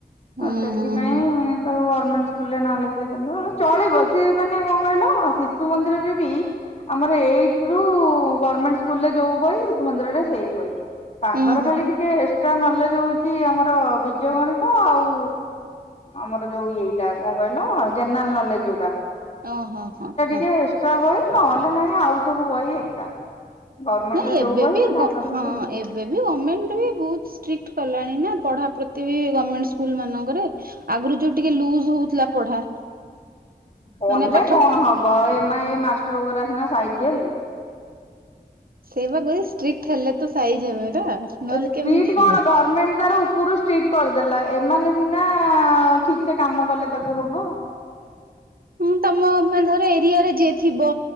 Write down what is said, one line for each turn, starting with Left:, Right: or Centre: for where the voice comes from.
Right: ହୁଁ
Left: ସେଥିପାଇଁ
Right: ହୁଁ ହୁଁ
Left: ତାକୁ ଗମେଣ୍ଟସ ନାଁ ଲେଖେଇ ଦେଲୁ ହଉ ଚଳିବ ସିଏ ମାନେ କଣ କହିଲ ଶିଶୁ ମନ୍ଦିରରେ ବି ଆମର ଏଇଟ ରୁ ଗଭର୍ଣମେଣ୍ଟ ସ୍କୁଲରେ ଯୋଉ ବହି, ଶିଶୁ ମନ୍ଦିରରେ ସେଇ ବହି। ତାଙ୍କର
Right: ହୁଁ ହୁଁ
Left: ଖାଲି ଟିକେ ଏକ୍ସଟ୍ରା ନଲେଜ ହଉଛି ଆମର ବିଜ ଗଣିତ ଆଉ ଆମର ଯୋଉ ଏଇଟା କଣ କହିଲ କହିଲ ଜେନେରାଲ ନଲେଜ ଯୋଉଟା।
Right: ଓ ହଁ ହଁ ହଁ।
Left: ଟେ ଏକ୍ସଟ୍ରା ବହି ନହେଲେ ନାହିଁ ଆଉ ସବୁ ବହି ଏକା ଗଭର୍ଣ୍ଣମେଣ୍ଟ
Right: ନାହିଁ
Left: ର ଯୋଉ
Right: ଏବେ
Left: ବହି
Right: ବି
Left: ତାଙ୍କର
Right: ଗ ହଁ
Left: ବି ସେଇ ବହି।
Right: ଏବେ ବି ଗମେଣ୍ଟ ବି ବହୁତ ଷ୍ଟ୍ରିକ୍ଟ କଲାଣି ନା ପଢା ପ୍ରତି ବି ଗମେଣ୍ଟ ସ୍କୁଲ ମାନଙ୍କରେ ଆଗରୁ ଯୋଉ ଟିକେ ଲୁଜ ହଉଥିଲା ପଢା
Left: କଲେ
Right: ମାନେ ପାଠ
Left: କଣ ହବ ଏ ମା ଏ ମାଷ୍ଟର ଗୋଡା ସିନା ସାଇଜି ହେଲେ
Right: ସେଇ ବା କହିଲି ଷ୍ଟ୍ରିକ୍ଟ ହେଲେ ତ ସାଇଜ ହେବେ ନା ନହେଲେ
Left: ଷ୍ଟ୍ରିକ୍ଟ
Right: କେମିତି ହେବେ
Left: କଣ ଗଭର୍ଣମେଣ୍ଟ ତାର ଉପରୁ ଷ୍ଟ୍ରିକ୍ଟ କରିଦେଲା ଏମାନେ ସିନା ଠିକ ସେ କାମ କଲେ ତାକୁ ହବ
Right: ମୁଁ ତମ ମାନେ ଧର ଏରିଆରେ ଯିଏ ଥିବ।